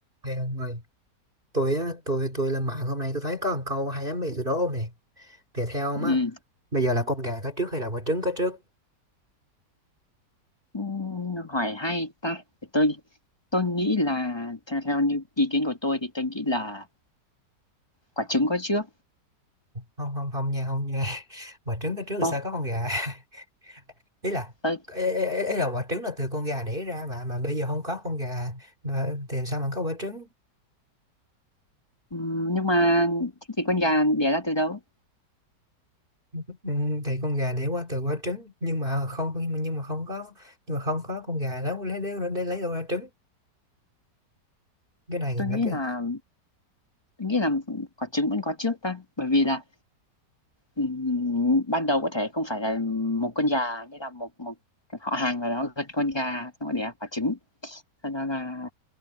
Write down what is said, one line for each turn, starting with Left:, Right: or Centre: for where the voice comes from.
Right: Này ông ơi, tôi á, tôi tôi lên mạng hôm nay tôi thấy có một câu hay lắm bây giờ đó ông nè. Thì theo ông
Left: Ừ,
Right: á, bây giờ là con gà có trước hay là quả trứng có trước?
Left: ừ, hỏi hay ta Để tôi tôi nghĩ là theo theo như ý kiến của tôi thì tôi nghĩ là quả trứng có trước
Right: Không không không nha, không nha. <laughs> Quả trứng có trước thì
Left: ô
Right: sao có con gà? <laughs> Ý là
Left: tôi,
Right: ý, ý, ý ý là quả trứng là từ con gà đẻ ra mà mà bây giờ không có con gà mà thì làm sao mà có quả trứng?
Left: ừm, nhưng mà thế thì con gà đẻ ra từ đâu
Right: Ừ, thì con gà đẻ qua từ quả trứng nhưng mà không nhưng mà, nhưng mà không có nhưng mà không có con gà lấy lấy lấy lấy đâu ra trứng. Cái này
Left: tôi
Right: là
Left: nghĩ
Right: cái
Left: là tôi nghĩ là quả trứng vẫn có trước ta bởi vì là ừm, ban đầu có thể không phải là một con gà nghĩa là một một họ hàng nào đó gật con gà xong rồi đẻ quả trứng sau đó là